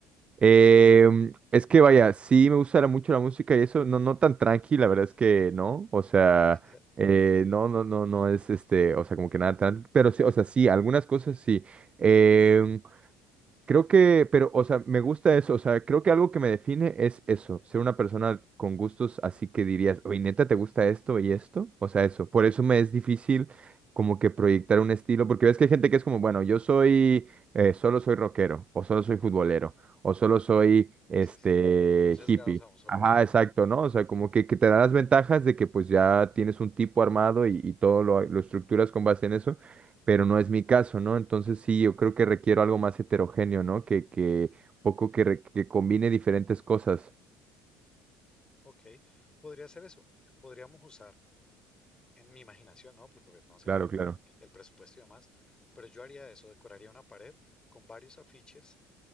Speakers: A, on the right; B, on the left.
A: Em, es que vaya, sí me gusta mucho la música y eso, no, no tan tranqui, la verdad es que no, o sea,
B: <laughs>
A: eh, no, no, no, no es este, o sea, como que nada tan, pero sí, o sea, sí, algunas cosas sí. Em, Creo que, pero, o sea, me gusta eso, o sea, creo que algo que me define es eso, ser una persona con gustos así que dirías, oye, neta, ¿te gusta esto y esto? O sea, eso, por eso me es difícil como que proyectar un estilo, porque ves que hay gente que es como, bueno, yo soy, eh, solo soy rockero, o solo soy futbolero, o solo soy, este,
B: Sí, sí. Muy sesgados
A: hippie.
B: a un solo.
A: Ajá,
B: <laughs>
A: exacto, ¿no? O sea, como que, que te da las ventajas de que pues ya tienes un tipo armado y, y todo lo lo estructuras con base en eso pero no es mi caso, ¿no? Entonces sí, yo creo que requiero algo más heterogéneo, ¿no? Que, que un poco que, re- que combine diferentes cosas.
B: Ok, podría ser eso. Podríamos usar en mi imaginación, ¿no? Porque pues no sé
A: Claro, claro.
B: el presupuesto y demás, pero yo haría eso, decoraría una pared con varios afiches